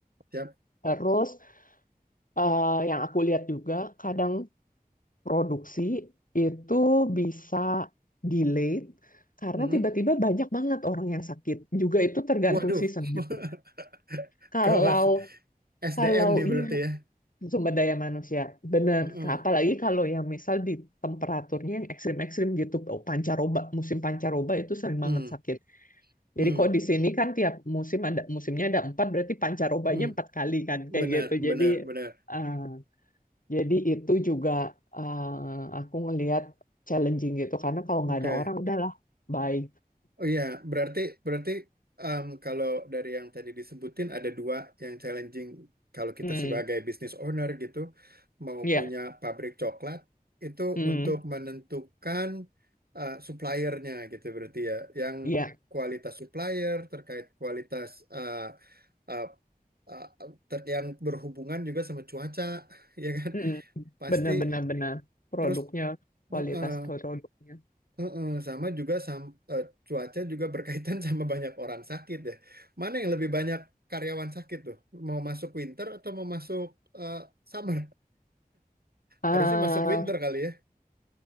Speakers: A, on the right; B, on the left.
A: Siap.
B: Terus eh, yang aku lihat juga kadang produksi itu bisa delayed karena
A: Mm-mm.
B: tiba-tiba banyak banget orang yang sakit. Juga itu tergantung
A: Waduh.
B: season
A: <laughs>
B: gitu. Kalau
A: Gawat. SDM
B: kalau
A: nih berarti
B: iya
A: ya.
B: sumber daya manusia benar.
A: Mm-mm.
B: Apalagi kalau yang misal di temperaturnya yang ekstrim-ekstrim gitu, oh, pancaroba musim pancaroba itu sering
A: Mm.
B: banget sakit.
A: Mm.
B: Jadi kok di sini kan tiap musim ada musimnya ada empat berarti pancarobanya
A: Mm.
B: empat kali kan kayak
A: Benar,
B: gitu.
A: benar,
B: Jadi
A: benar.
B: eh, jadi itu juga eh, aku ngelihat challenging gitu karena kalau
A: Oke.
B: nggak ada orang udahlah bye.
A: Oh iya, berarti berarti em, kalau dari yang tadi disebutin ada dua yang challenging kalau kita
B: Hmm,
A: sebagai business owner gitu mau
B: iya,
A: punya pabrik coklat itu
B: hmm,
A: untuk menentukan eh, suppliernya gitu berarti ya yang
B: iya,
A: kualitas supplier terkait kualitas eh, eh, eh, ter- yang berhubungan juga sama cuaca <laughs> ya kan
B: hmm,
A: pasti
B: benar-benar benar produknya
A: terus
B: kualitas
A: eh, eh,
B: produknya.
A: Heeh, sama juga sam- eh, cuaca juga berkaitan <laughs> sama banyak orang sakit ya. Mana yang lebih banyak karyawan sakit tuh? Mau masuk winter atau mau masuk eh, summer?
B: ah
A: Harusnya masuk winter kali ya,